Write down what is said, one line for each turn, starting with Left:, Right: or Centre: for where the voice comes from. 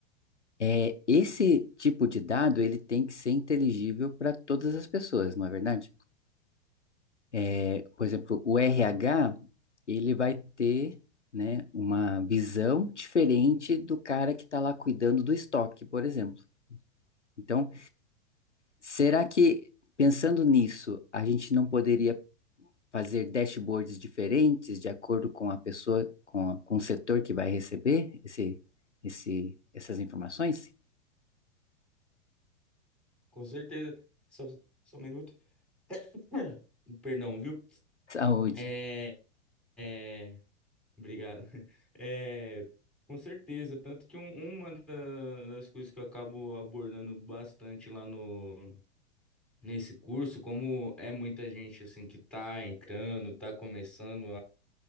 Left: é, esse tipo de dado ele tem que ser inteligível para todas as pessoas, não é verdade? É, por exemplo, o RH ele vai ter né, uma visão diferente do cara que está lá cuidando do estoque, por exemplo. Então, será que pensando nisso, a gente não poderia fazer dashboards diferentes de acordo com a pessoa, com, a- com o setor que vai receber esse, esse, essas informações?
Centre: Com certeza. Só, só um minuto. <coughs> <laughs> Perdão, viu?
Left: Saúde.
Centre: É, é, obrigado. <laughs> É, com certeza. Tanto que um- uma da- das coisas que eu acabo abordando bastante lá no, nesse curso, como é muita gente assim que tá entrando, tá começando